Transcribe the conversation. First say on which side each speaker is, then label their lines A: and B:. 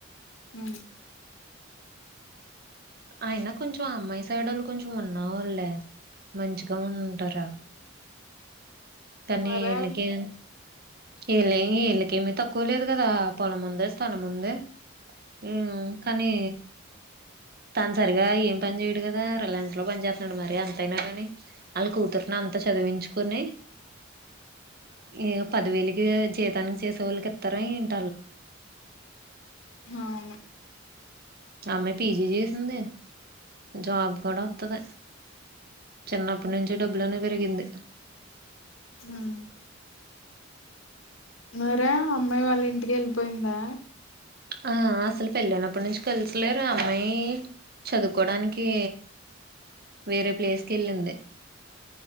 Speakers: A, on the left; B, on the right.
A: మ్
B: అయినా కొంచెం అమ్మాయి సైడ్ వాళ్ళు కొంచం ఉన్నావాళ్ళే మంచిగా ఉంటారా తన్ని
A: మరే
B: ఇళ్లకి ఇళ్ళ ఇళ్ళకి ఏమిీ తక్కువ లేదు కదా పొలం ఉంది స్థలం ఉంది మ్ కానీ తాను సరిగా ఏం పని చేయడు కదా రిలయన్స్ లో పని చేస్తున్నాడు మరి అంత అయినా కాని వాళ్ళ కూతుర్ని అంత చ్ చదివించుకోని ఏో పదివేలుకి జీతానికి చేసే వాళ్ళకి ఇస్తారా ఏంటి
A: అవును
B: ఆ అమ్మాయి పీజీ చేసింది జాబ్ కూడా ఓత్తది చిన్నప్పటి నుంచి డబ్బులోనే పెరిగింది
A: మ్ మారే అమ్మాయి వాళ్ళ ఇంటికి వెళ్ళిపోయిందా
B: ఆ అసలు పెలైనప్పటి నుంచి కలిసిలేర అమ్మాయి చదువుకోడానికి వేరే ప్లేస్ కేళ్ళింది